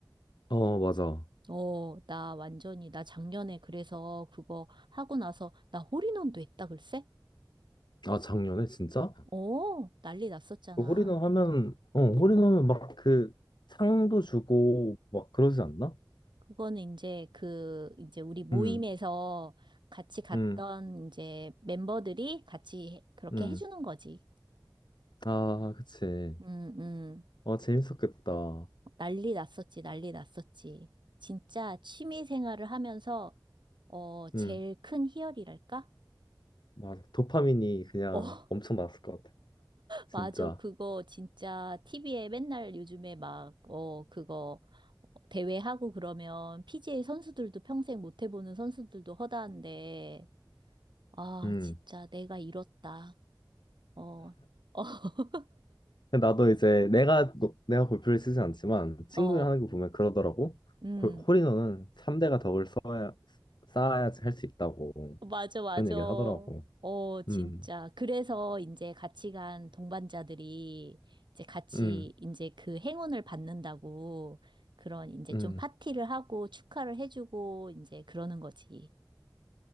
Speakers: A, on the left (about 65°); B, on the right (about 70°).
A: 어 맞아.
B: 어, 나 완전히, 나 작년에 그래서 그거 하고 나서 나 홀인원도 했다, 글쎄?
A: 아 작년에 진짜?
B: 어, 난리 났었잖아.
A: 그 홀인원 하면, 어, 홀인원막그 상도 주고 막 그러지 않나?
B: 그거는 이제 그, 이제 우리 모임에서
A: 음,
B: 같이 갔던
A: 음,
B: 이제 멤버들이 같이 해- 그렇게
A: 음.
B: 해주는 거지.
A: 아, 그치.
B: 음, 음.
A: 어, 재밌었겠다. 어,
B: 난리 났었지, 난리 났었지. 진짜 취미 생활을 하면서, 어, 제일
A: 음,
B: 큰 희열이랄까?
A: 맞아. 도파민이 그냥
B: 어,
A: 엄청 나왔을 것 같아. 진짜.
B: 맞아. 그거 진짜 TV에 맨날 요즘에 막, 어, 그거 대회하고 그러면 PGA 선수들도 평생 못 해보는 선수들도 허다한데, 아,
A: 음.
B: 진짜 내가 이렇다. 어, 어, <laughs>
A: 근데 나도 이제 내가, 노- 내가 골프를 쓰지 않지만 친구들
B: 어,
A: 하는 거 보면 그러더라고.
B: 음,
A: 골- 홀인원은 3대가 덕을 쌓아야, 쌓아야지 할 수 있다고.
B: 맞아, 맞아.
A: 그런 얘기를 하더라고.
B: 어, 진짜.
A: 음,
B: 그래서 이제 같이 간 동반자들이 이제 같이
A: 음,
B: 이제 그 행운을 받는다고 그런 이제
A: 음.
B: 좀 파티를 하고 축하를 해주고 이제 그러는 거지.